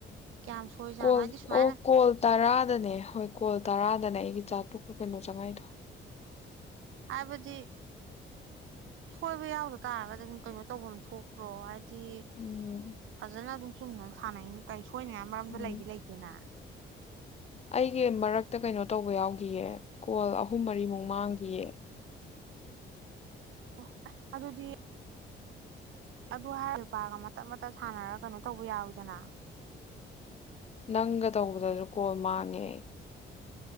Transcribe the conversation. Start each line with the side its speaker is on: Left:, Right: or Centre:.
Right: ꯀꯌꯥꯝ ꯁꯣꯏꯖꯥꯠꯅꯣ
Left: ꯀꯣꯜ
Right: ꯍꯥꯏꯗꯤ ꯁꯨꯃꯥꯏꯅ
Left: ꯑꯣ ꯀꯣꯜ ꯇꯔꯥꯗꯅꯦ ꯍꯣꯏ ꯀꯣꯜ ꯇꯔꯥꯗꯅꯦ ꯑꯩꯒꯤ ꯆꯥꯇꯨꯛꯛ ꯀꯩꯅꯣ ꯆꯪꯉꯥꯏꯗ
Right: ꯍꯥꯏꯕꯗꯤ ꯁꯣꯏꯕ ꯌꯥꯎꯗ ꯇꯥꯔꯒꯗꯤ ꯑꯗꯨꯝ ꯀꯩꯅꯣ ꯇꯧꯕ ꯑꯃ ꯊꯣꯛꯇ꯭ꯔꯣ ꯍꯥꯏꯗꯤ ꯗꯤ
Left: ꯎꯝ
Right: ꯐꯖꯅ ꯑꯗꯨꯝ ꯆꯨꯝꯅ ꯁꯥꯏꯅꯤ ꯀꯥꯏ ꯁꯣꯏꯅꯤꯡꯉꯥꯏ ꯃꯔꯝꯗꯣ
Left: ꯎꯝ
Right: ꯂꯩꯗꯤ ꯂꯩꯇꯦꯅ
Left: ꯑꯩꯒꯤ ꯃꯔꯛꯇ ꯀꯩꯅꯣ ꯇꯧꯕ ꯌꯥꯎꯈꯤꯌꯦ ꯀꯣꯜ ꯑꯍꯨꯝ ꯃꯔꯤꯃꯨꯛ ꯃꯥꯡꯈꯤ ꯌꯦ
Right: ꯑꯣ ꯑꯗꯨꯗꯤ ꯑꯗꯨ ꯍꯥꯏꯔ ꯂꯨꯄꯥꯒ ꯃꯇꯠ ꯃꯇꯠ ꯁꯥꯟꯅꯔꯒ ꯀꯩꯅꯣ ꯇꯧꯕ ꯌꯥꯋꯤꯗꯅ
Left: ꯅꯪꯒ ꯇꯧꯕꯗꯁꯨ ꯀꯣꯜ ꯃꯥꯟꯉꯦ